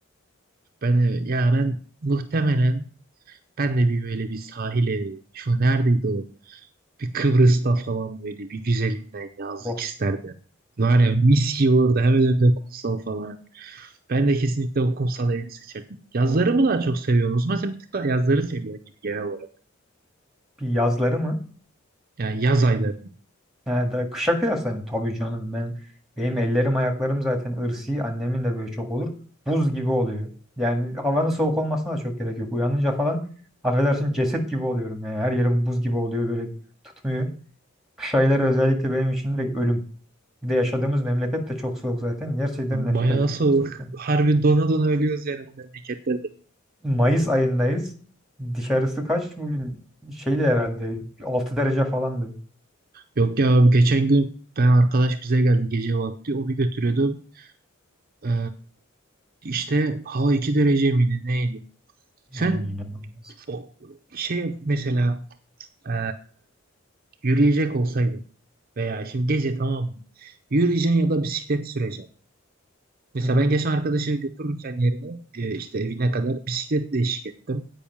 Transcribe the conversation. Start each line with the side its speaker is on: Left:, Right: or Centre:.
Right: Ben de- ya ben muhtemelen ben de bir böyle bir sahil evi. Şu neredeydi o? Bir Kıbrıs'ta falan böyle bir güzelinden yazlık
Centre: oh.
Right: isterdim. Var ya mis gibi orada hemen önünde kumsal falan. Ben de kesinlikle o kumsal evini seçerdim. Yazları mı daha çok seviyorsun? O zaman sen bir tık daha yazları seviyorsun gibi genel olarak.
Centre: Bir yazları mı?
Right: Yani yaz aylarını.
Centre: Yani da kışa kıyaslayayım tabii canım ben benim ellerim ayaklarım zaten ırsi annemin de böyle çok olur. Buz gibi oluyor. Yani havanın soğuk olmasına da çok gerek yok. Uyanınca falan affedersin ceset gibi oluyorum yani. Her yerim buz gibi oluyor böyle tutmuyor. Kış ayları özellikle benim için direkt ölüm. Bir de yaşadığımız memleket de çok soğuk zaten. Gerçekten
Right: Bayağı
Centre: nefret ediyorum
Right: soğuk.
Centre: ben soğuktan.
Right: Harbi dona dona ölüyoruz yani bu memleketlerde.
Centre: Mayıs ayındayız. Dışarısı kaç bugün? Şeydi herhalde altı derece falandı.
Right: Yok ya abi, geçen gün ben arkadaş bize geldi gece vakti. Onu götürüyordum. Ee, işte hava 2 derece miydi neydi?
Centre: Yani
Right: Sen
Centre: inanılmaz.
Right: o şey mesela ee, Yürüyecek olsaydın veya şimdi gece tamam mı? Yürüyeceksin ya da bisiklet süreceksin. Mesela
Centre: Hı hı.
Right: ben geçen arkadaşı götürürken yerine e, işte evine kadar bisikletle eşlik ettim.